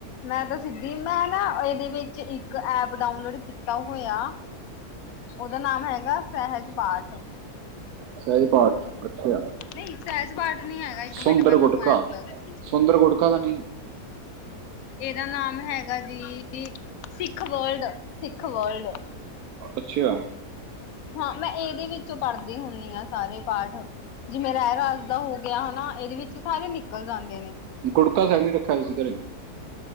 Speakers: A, on the left (about 70°); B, on the right (about 80°).
A: ਮੈਂ ਤਾਂ ਸਿੱਧੀ ਮੈਂ ਨਾ ਇਹਦੇ ਵਿੱਚ ਇੱਕ ਐਪ ਡਾਊਨਲੋਡ ਕੀਤਾ ਹੋਇਆ ਉਹਦਾ ਨਾਮ ਹੈਗਾ ਸਹਿਜ ਪਾਠ
B: ਸਹੀ ਪਾਠ ਅੱਛਾ
A: ਨਹੀਂ ਸਹਿਜ ਪਾਠ ਨੀ ਹੈਗਾ ਇੱਕ
B: ਸੁੰਦਰ
A: ਮਿੰਟ ਮੈਂ
B: ਗੁਟਕਾ-ਸੁੰਦਰ
A: ਤੁਹਾਨੂੰ ਐਪ ਦੱਸਦੀ।
B: ਗੁਟਕਾ ਤਾਂ ਨੀ <inaudible>
A: ਇਹਦਾ ਨਾਮ ਹੈਗਾ ਜੀ ਸਿੱਖ ਵਰਲਡ-ਸਿੱਖ ਵਰਲਡ
B: ਅੱਛਾ
A: ਹਾਂ ਮੈਂ ਇਹਦੇ ਵਿੱਚੋਂ ਪੜ੍ਹਦੀ ਹੁੰਦੀ ਹਾਂ ਸਾਰੇ ਪਾਠ ਜਿਵੇਂ ਰਹਿ ਰਾਸ ਦਾ ਹੋ ਗਿਆ ਹਨਾ ਇਹਦੇ ਵਿੱਚ ਸਾਰੇ ਨਿਕਲ ਜਾਂਦੇ ਨੇ
B: ਗੁੜਕਾ ਸਾਹਿਬ ਨੀ ਰੱਖਿਆ ਤੁ ਸੀ ਘਰੇ